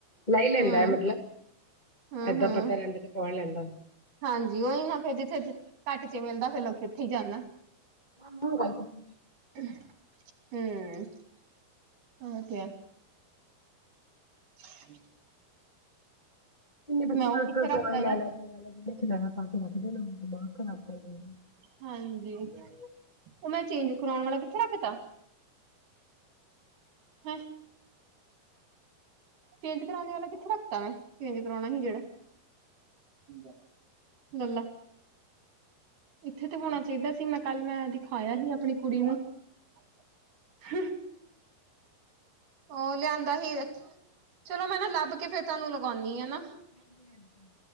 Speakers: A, on the left (about 25°); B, on the right (about 55°).
A: ਲੈ
B: ਹੂੰ
A: ਲੈਂਦਾ ਮਤਲਬ
B: ਹੂੰ
A: ਏਦਾਂ
B: ਹੂੰ
A: ਪਤਾ ਲੈਦਾ ਤੇ ਕੋਣ ਲੈਂਦਾ।
B: ਹਾਂਜੀ, ਉਹੀ ਨਾ ਫੇਰ ਜਿੱਥੇ ਘੱਟ ਚ ਮਿਲਦਾ, ਫਿਰ ਲੋਕੀ ਉੱਥੇ ਹੀ ਜਾਣਾ।
A: <unintelligible>
B: ਹਮ ਹਮ ਕਿਹਾ ਆ। <unintelligible>
A: ਬੱਚੇ
B: ਮੈਂ ਉਹ ਕਿੱਥੇ
A: ਤਾ ਟੋਆਏ
B: ਰੱਖਤਾ
A: ਲੈ-ਲੈ
B: ਆ
A: ਕੇ ਲੈ-ਲੈ ਪਾ ਕੇ ਰੱਖ ਲੈਣਾ ਦਿਮਾਗ ਖਰਾਬ ਕਰ ਲੈਣਾ।
B: ਹਾਂਜੀ, ਉਹ ਮੈਂ ਚੇਂਜ ਕਰਵਾਣ ਵਾਲਾ ਕਿੱਥੇ ਰੱਖ ਤਾਂ। <unintelligible> ਚੇਜ ਕਰਾਣੇ ਵਾਲਾ ਕਿੱਥੋਂ ਰੱਖਤਾ ਮੈਂ ਚੇਜ ਕਰਾਉਣਾ ਹੀ ਜਿਹੜਾ। ਪੀਂਦਾ। ਇੱਥੇ ਤੇ ਹੋਣਾ ਚਾਹੀਦਾ ਸੀ, ਮੈਂ ਕੱਲ ਮੈਂ ਦਿਖਾਇਆ ਹੀ ਆਪਣੀ ਕੁੜੀ ਨੂੰ। <unintelligible> ਉਹ ਲਿਆਂਦਾ ਹੀ, ਚਲੋ ਮੈਂ ਨਾ ਲੱਭ ਕੇ ਫੇਰ ਤੁਹਾਨੂੰ ਲਗਾਉਨੀ ਆ ਨਾ।
A: ਹਾਂਜੀ-ਹਾਂਜੀ।